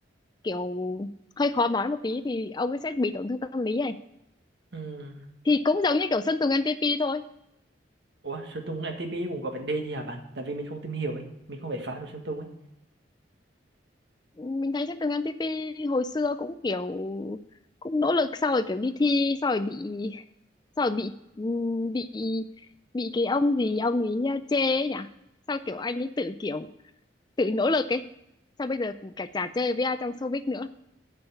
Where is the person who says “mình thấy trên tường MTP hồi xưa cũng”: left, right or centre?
Left